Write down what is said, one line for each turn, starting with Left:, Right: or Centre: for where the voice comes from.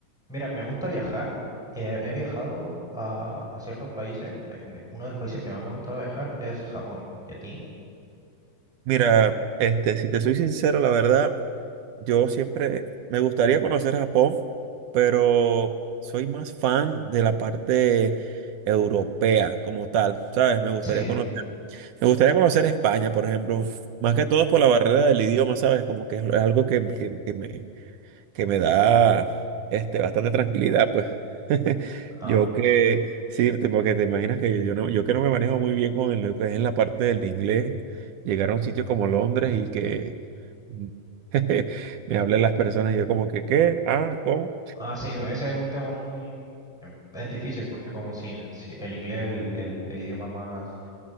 Centre: Mira, me gusta viajar. eh, he viajado a, a ciertos países. me- me- uno de los países que más me gusta viajar es Japón. ¿Y a ti?
Right: Mira, este, si te soy sincero, la verdad, yo siempre me gustaría conocer Japón, pero soy más fan de la parte europea como tal, ¿sabes? Me gustaría
Centre: Sí,
Right: conocer, me gustaría conocer España, por ejemplo, más que todo por la barrera del idioma, ¿sabes? Como que es algo que, que, que me, que me da este, bastante tranquilidad, pues. <laughs>
Centre: ah,
Right: Yo que, sí, te- porque te imaginas que yo no, yo que no me manejo muy bien con el- lo que es en la parte del inglés, llegar a un sitio como Londres y que <laughs> me hablen las personas y yo como que, ¿qué? Ah, ¿cómo?
Centre: ah, sí, ese es un tema muy... eh, Es difícil porque como si, si el inglés es el, el- el idioma más,